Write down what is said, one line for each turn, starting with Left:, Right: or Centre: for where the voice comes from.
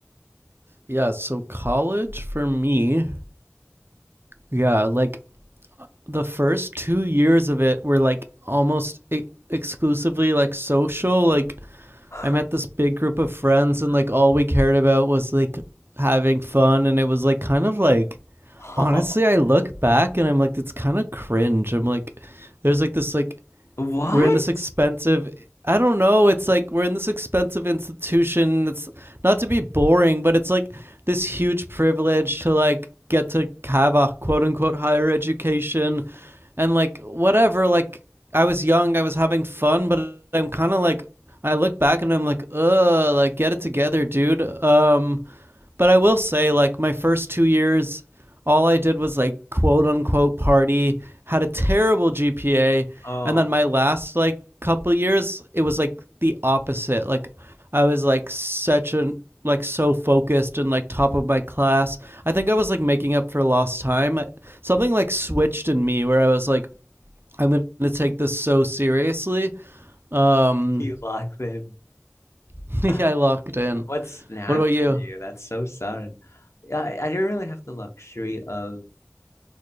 Right: Yeah, so college for me, yeah, like the first two years of it were like almost e- exclusively like social, like
Left: <laughs>
Right: I met this big group of friends and like all we cared about was like having fun and it was like kind of like
Left: Oh,
Right: honestly I look back and I'm like it's kind of cringe. I'm like there's like this like
Left: what
Right: we're in this expensive I don't know, it's like we're in this expensive institution. It's not to be boring, but it's like this huge privilege to like get to have a quote unquote higher education and like whatever, like I was young, I was having fun, but I'm kind of like I look back and I'm like, "Ugh, like get it together, dude." Um but I will say like my first 2 years all I did was like quote unquote party, had a terrible GPA,
Left: oh
Right: and then my last like couple years, it was like the opposite. Like I was like such an like so focused and like top of my class. I think I was like making up for lost time. Something like switched in me where I was like I'm going to take this so seriously. Um
Left: you locked in
Right: <laughs>
Left: <laughs>
Right: yeah, I locked in.
Left: What snapped
Right: What about you?
Left: at you? That's so sudden. Yeah, I, I didn't really have the luxury of